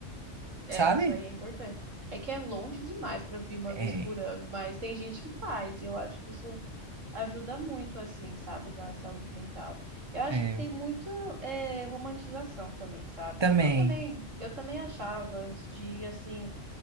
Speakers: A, on the right (about 90°); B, on the right (about 25°).
A: É,
B: sabe?
A: isso aí é importante. É que é longe demais para vir uma
B: É,
A: vez por ano, mas tem gente que faz. e Eu acho que isso ajuda muito, assim, sabe, na saúde mental. Eu acho
B: é,
A: que tem muito é, romantização também, sabe?
B: também.
A: Tipo, eu também, eu também achava antes de ir assim,